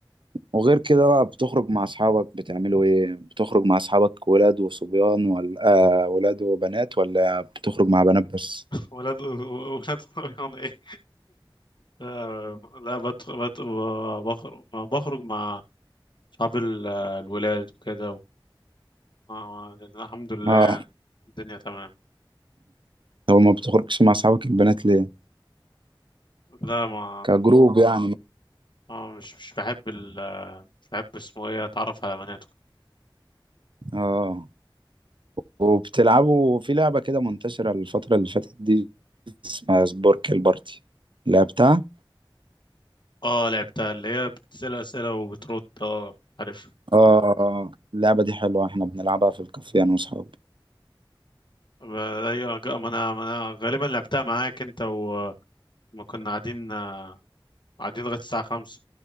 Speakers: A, on the right (about 65°); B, on the left (about 60°).
A: وغير كده بقى بتخرج مع اصحابك بتعملوا ايه بتخرج مع اصحابك ولاد وصبيان ولا آه ولاد وبنات ولا بتخرج مع بنات بس
B: ولاد ولاد <laughs> رمضان ايه آه، لا بدخل بخرج بخرج مع اصحاب ال- الولاد وكده و- آه، الحمد لله
A: اه
B: يعني الدنيا تمام
A: طب ما بتخرجش مع اصحابك البنات ليه
B: لا ما
A: كجروب يعني
B: اه مش مش بحب ال مش بحب اسمه ايه اتعرف على بنات وكده.
A: اه وبتلعبوا في لعبة كده منتشرة الفترة اللي فاتت دي اسمها سبورك البارتي لعبتها
B: اه لعبتها اللي هي بتسأل أسئلة وبترد اه عارف
A: اه آه. اللعبة دي حلوة احنا بنلعبها في الكافيه انا واصحابي
B: ما أيوة، ج- ما انا ما انا غالبا لعبتها معاك انت وما كنا قاعدين آه، قاعدين لغاية الساعة خمسة